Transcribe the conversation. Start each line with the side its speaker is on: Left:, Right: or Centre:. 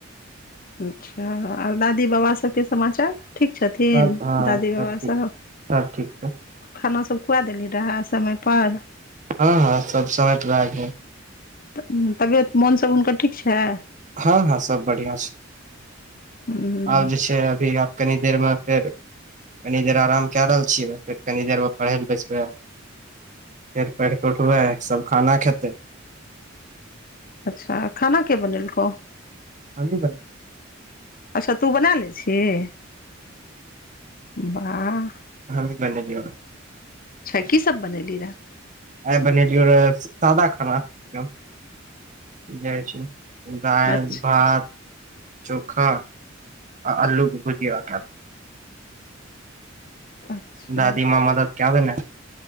Left: अच्छा आर दादी बाबा सभके समाचार ठीक छथिन
Right: सब हँ
Left: दादी
Right: सब
Left: बाबासभ
Right: ठीक सब ठीक छैय।
Left: खाना सब खुआ देली रहै समय पर
Right: हाँ हाँ सब समट भए गेल
Left: तऽ तबियत मोन सब हुनकर ठीक छैय।
Right: हाँ हाँ सभ बढ़िआँ छैय।
Left: हुँ
Right: अब जेय छैय अभी कनी देर मे फेर कनी देर आराम कए रहल छियै फेर कनि देरमे पढ़ै लए बैसबै- फेर पढ़ कऽ उठबै ह सब खाना खेतै
Left: अच्छा खाना के बनेलको
Right: हमहि बनेलिया
Left: अच्छा तू बना लै छिय वाह
Right: हमी बनेलियै हन
Left: अच्छा की सब बनेली रहए
Right: आ बनेलियै रहै सादा खाना एकदम इ खाई छी दाइल
Left: अच्छा
Right: भात चोखा आ आलू के भुजीया
Left: अच्छा
Right: दादी माँ मदद कैदने रहै